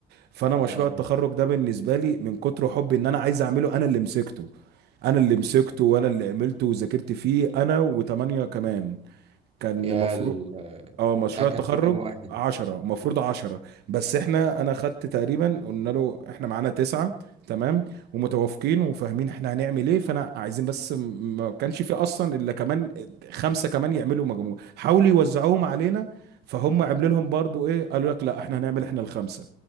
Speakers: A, on the right; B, on the right.
A: فانا مشروع
B: اه
A: التخرج ده بالنسبه لي من كتر حبي ان انا عايز اعمله انا اللي مسكته انا اللي مسكته وانا اللي عملته وذاكرت فيه انا وتمانية كمان كان
B: يا
A: مفروض
B: ال
A: اه مشروع
B: بتاع كان
A: التخرج
B: في كام واحد
A: عشرة مفروض عشرة بس احنا انا خدت تقريبا قلنا له احنا معانا تسعة تمام ومتوافقين وفاهمين احنا هنعمل ايه فانا عايزين بس م- ما كانش في اصلا الا كمان خمسة كمان يعملوا مجموع حاولوا يوزعوهم علينا فهم عملوا لهم برضو ايه قالوا لك لا احنا هنعمل احنا الخمسة